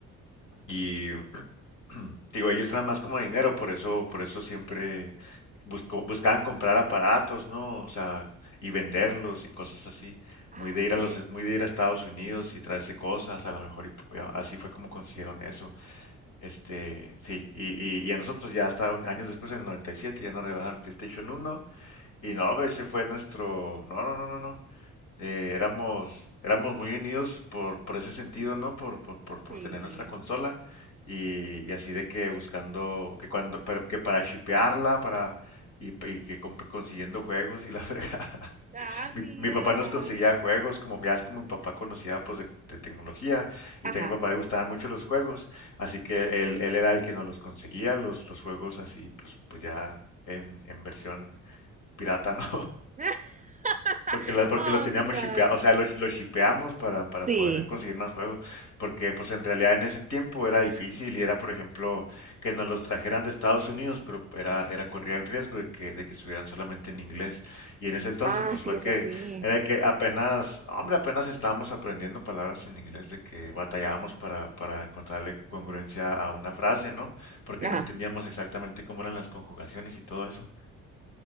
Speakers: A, on the left; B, on the right.
A: y <clears throat> Digo, ellos eran más como dinero, por eso, por eso siempre buscó- buscaban comprar aparatos, ¿no? O sea, y venderlos y cosas así.
B: Ah,
A: Muy de ir
B: ok.
A: a los, muy de ir a Estados Unidos y traerse cosas, a lo mejor, y p- a- así fue como consiguieron eso. Este, sí, y, y- y a nosotros ya hasta un- años después, en el 97, ya nos regalaron el PlayStation uno y no, ese fue nuestro, no, no, no, no, no eh, éramos, éramos muy unidos por, por ese sentido, ¿no? Por, por, por, por
B: Sí.
A: tener nuestra consola y, y así de que buscando, que cuando, pero que para shipearla, para, y, y que comp- consiguiendo juegos y la <laughs> fregada.
B: Ah,
A: Mi,
B: mira.
A: mi papá nos conseguía juegos, como ya es como mi papá conocía pues de, de tecnología y
B: Ajá.
A: también a mi papá le gustaban mucho los juegos, así que él, él era el que nos los conseguía, los, los juegos así pues, pues ya en, en versión pirata, <laughs> ¿no?
B: <laughs>
A: Porque, la- porque
B: Ah,
A: lo teníamos
B: mira.
A: shipeado, o sea, lo, lo shipeamos para, para
B: Sí.
A: poder conseguir más juegos, porque pues en realidad en ese tiempo era difícil y era, por ejemplo, que nos los trajeran de Estados Unidos, pero era, era corría el riesgo de que, de que estuvieran solamente en inglés. Y en ese entonces
B: Ah,
A: pues
B: sí,
A: fue
B: eso
A: que,
B: sí.
A: era que apenas, hombre, apenas estábamos aprendiendo palabras en inglés, de que batallábamos para, para encontrarle congruencia a una frase, ¿no? Porque
B: Ajá.
A: no entendíamos exactamente cómo eran las conjugaciones y todo eso.